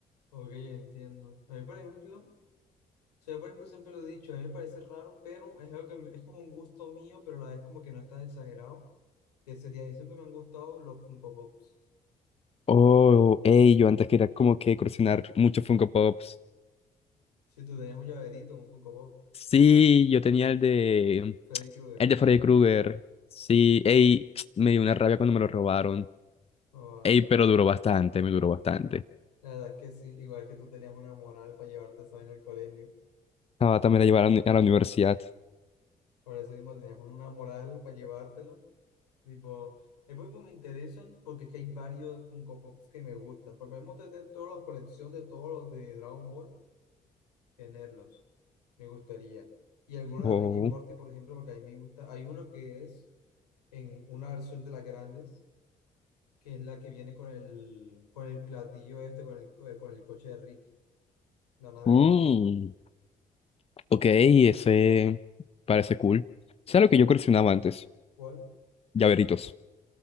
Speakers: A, on the left; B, on the left.
A: Ok, entiendo. A mí, por ejemplo, o sea, yo, por ejemplo, siempre lo he dicho, a mí me parece raro, pero es algo que me- es como un gusto mío, pero a la vez como que no está exagerado Que sería, y siempre me han gustado los Funko Pops.
B: Oh, ey, yo antes quería como que coleccionar muchos Funko Pops.
A: Si tú tenías un llaverito, un Funko Pop,
B: Sí, yo tenía el de,
A: Freddy Krueger.
B: el de Freddy Krueger. Sí, ey, <tsk> me dio una rabia cuando me lo robaron.
A: Oh,
B: Ey, pero duró bastante, me duró bastante.
A: la verdad es que sí, igual que tú tenías una moral para llevarte eso en el colegio.
B: Ah, también la llevaron a la uni- a la universidad.
A: Por eso mismo tenías una moral para llevártelo. Tipo, después pues me interesan porque es que hay varios Funko Pops que me gustan. Por ejemplo, mí me tener todas las colecciones de todos los de Dragon Ball, tenerlos. Me gustaría. Y algunos
B: Oh.
A: de Ricky y Morty, por ejemplo, porque a mí me gusta. Hay uno que es en una versión de las grandes que es la que viene con el, con el platillo este, con el, co- con el coche de Rick, la nave
B: Mm,
A: de Rick.
B: ok, ese parece cool. ¿Sabes
A: ¿Con-
B: lo que yo coleccionaba antes?
A: ¿Cuál?
B: Llaveritos.